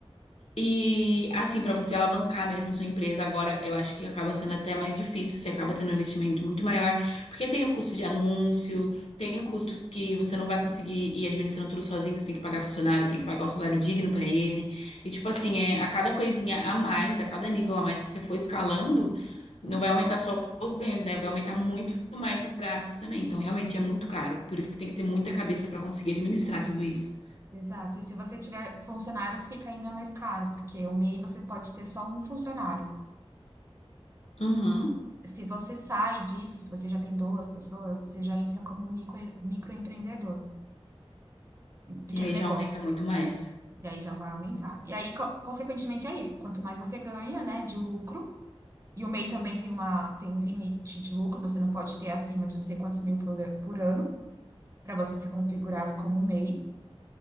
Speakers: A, on the left (about 85°); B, on the right (about 30°).
A: E assim, para você alavancar mesmo sua empresa agora, eu acho que acaba sendo até mais difícil, você acaba tendo um investimento muito maior, porque tem o custo de anúncio, tem o custo que você não vai conseguir ir administrando tudo sozinho, você tem que pagar funcionários, tem que pagar um salário digno para ele. E tipo assim, é a cada coisinha a mais, a cada nível a mais que você for escalando, não vai aumentar só os ganhos, né? Vai aumentar muito mais os gastos também. Então, realmente é muito caro, por isso que tem que ter muita cabeça para conseguir administrar tudo isso.
B: Exato. E se você tiver funcionários, fica ainda mais caro, porque o MEI você pode ter só um funcionário.
A: Uhum.
B: S- Se você sai disso, se você já tem duas pessoas, você já entra como micro, microempreendedor, pequeno
A: E aí
B: negócio.
A: já aumenta muito mais.
B: E aí já vai aumentar. E aí, co- consequentemente, é isso. Quanto mais você ganha, né, de lucro, e o MEI também tem uma, tem um limite de lucro, você não pode ter acima de não sei quantos mil por, por ano, para você ser configurado como MEI.